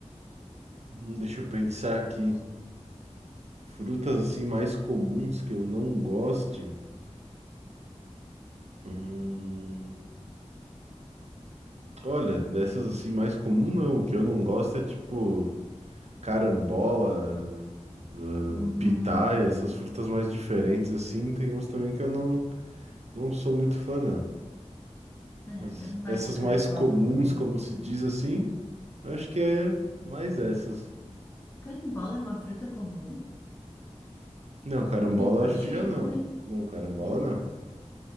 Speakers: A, on the right; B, on the left.
A: Hum, Deixa eu pensar aqui. Frutas assim mais comuns que eu não goste. Hum, olha, dessas assim mais comum não, o que eu não gosto é tipo carambola, ah,
B: Uhum.
A: pitaia, essas frutas mais diferentes assim, tem umas também que eu não, não sou muito fã, não.
B: É,
A: Mas
B: eu não
A: dessas
B: gosto de carambola
A: mais comuns,
B: também.
A: como se diz assim, eu acho que é mais essas.
B: Carambola é uma fruta comum?
A: Não, carambola
B: Eu acho
A: acho que já
B: que
A: não.
B: não, hein?
A: Não, carambola
B: É.
A: não.